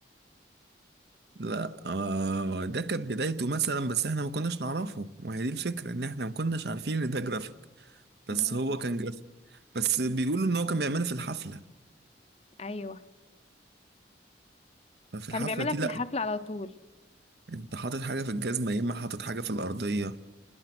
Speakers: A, on the right; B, on the left.
A: لا آه ده كانت بدايته مثلا بس إحنا ما كناش نعرفه وهي دي الفكرة إن إحنا ما كناش عارفين إن ده جرافيك بس
B: م.
A: هو كان جرافيك بس بيقولوا إن هو كان بيعملها في الحفلة
B: ايوه
A: ففي الحفلة
B: كانوا بيعملها
A: دي
B: في
A: لأ
B: الحفله على طول
A: أنت حاطط حاجة في الجزمة يا إما حاطط حاجة في الأرضية